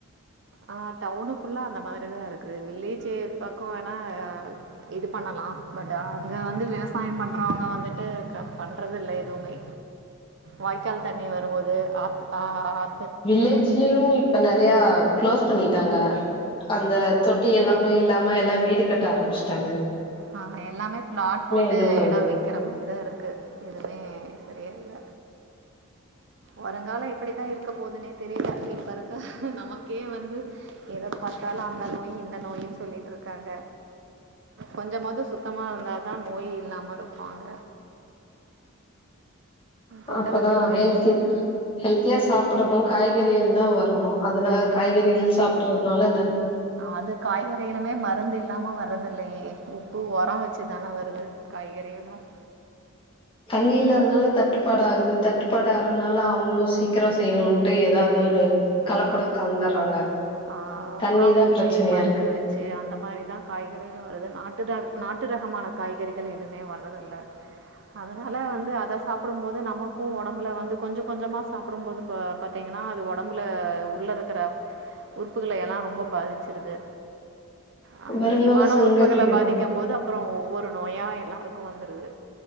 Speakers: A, on the right; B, on the left.
A: ஆ டவுனு ஃபுல்லா அந்த மாரிதா இருக்குது வில்லேஜ்ஜே பக்க வேனா இது பண்ணலாம் பட் அங்க வந்து விவசாய பண்றாங்க வந்துட்டு பண்றது இல்ல எதுவுமே வாய்க்கால் தண்ணி வரும்போது ஆத்து ஆ
B: வில்லேஜ்லயு இப்ப நெறைய க்லாஸ் பண்ணிட்டாங்க அந்த தொட்டி எல்லாமே இல்லாம எல்லா வீடு கட்ட ஆரம்ச்சிட்டாங்க
A: ஆ எல்லாமே பிளாட் போட்டு
B: இதுவாகுது
A: எடம் விக்குற மாரிதா இருக்கு எதுவுமே சரியா இல்ல வருங்கால எப்டித்தா இருக்க போதுன்னே தெரில இப்ப இருக்க நமக்கே வந்து எத பார்த்தாலு அங்க நோயி இந்த நோயின் சொல்லிட்ருக்காங்க கொஞ்சமது சுத்தமா இருந்தாதா நோயி இல்லாம இருப்பாங்க தொட்டதுக்கெல்லாம்
B: அப்பதா ஹெல்தி ஹெல்தியா சா ப்புடணு காய்கறிள்ளா வரணு அதுல காய்கறிகள் சாப்படறதுனால
A: அது காய்கறியிலுமே மருந்து இல்லாம வர்றது இல்லயே உப்பு உரம் வச்சு தானே வருது காய்கறிகளும்
B: தண்ணி இல்லாதனால தட்டுப்பாடு ஆகுது தட்டுப்பாடு ஆறதுனால அவங்களு சீக்கிர செய்யணும்ட்டு ஏதாவது ஒரு கலப்படம்
A: ஹ
B: கலந்துடுறாங்க
A: ஆஹ்
B: தண்ணிதா
A: உரோ வச்சி
B: பிரச்சனையா
A: மருந்து
B: இருக்கு
A: வச்சி அந்த மாரிதா காய்கறிலும் வருது நாட்டுதா நாட் டு ரகமான காய்கறிகள் எதுவுமே வர்த இல்ல அதனால வந்து அத சாப்பிடும் போது நமக்கு உடம்புல வந்து கொஞ்ச கொஞ்சமா சாப்பிடும் போது ப-பாத்தீங்கன்னா அது உடம் புல உள்ள இருக்கிற உறுப்புகள எல்லா ரொம்ப பாதிச்சிருக்கு ஹ் முக்கியமான
B: வருங்கால சங்கதிதா
A: உறுப்புகள பாதிக்கும் போது அப்புறோம் ஒவ்வொரு நோயா எல்லா ர்க்கு வந்துடுது